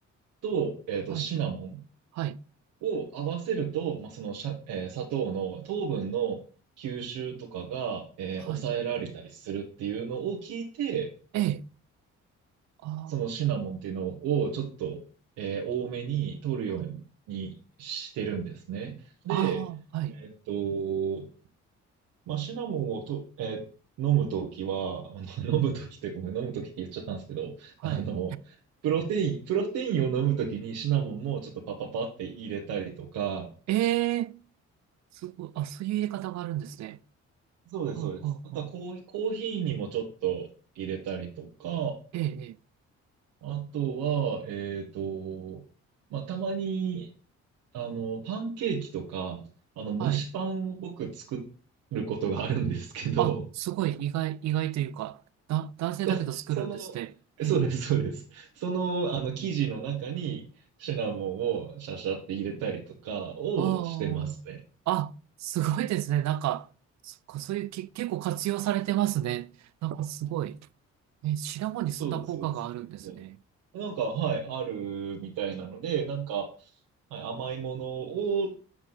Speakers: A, on the right; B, on the right.
A: と,、えーとシナモン
B: はい。はい
A: を合わせると、まあ、そのしゃ、えー砂糖の糖分の吸収とかが、えー抑えられたりするっていうのを聞いて、
B: はい。ええ。あ
A: そのシナモンっていうのをちょっと、えー多めに取るようにしてるんですね。
B: あ、はい。
A: で、
B: ああ、はい。
A: えっと、まあ、シナモンをと、えー飲むときは、<laughs> あの飲むときってごめん、飲むときって言っちゃったんですけど、
B: はい。
A: あの、プロテイン、プロテインを飲むときにシナモンもちょっとパパパって入れたりとか、
B: ええ、すごい。あ、そういう入れ方があるんですね。
A: そうです、
B: はあ、
A: そうです。
B: はあ、
A: あとはコーヒー、
B: はあ。
A: コーヒーにもちょっと入れたりとか、
B: ええ、ええ。
A: あとは、えっと、まあ、たまに、あの、パンケーキとか、あの、
B: はい。
A: 蒸しパンを僕作ることがあるんですけど、
B: あ、すごい。意外、意外というか、だ、男性だけど作るんですね。
A: <laughs> そ、その、
B: ええ。
A: そうです、そうです。その、あの、生地の中にシナモンをシャシャって入れたりとかをしてますね。
B: ああ。あ、すごいですね。なんか、そっか、そういうけ、結構活用されてますね。なんかすごい。え、シナモンにそんな効果があるんですね。
A: そうです、そうですけど。なんか、はい、あるみたいなので、なんか、はい、甘いものを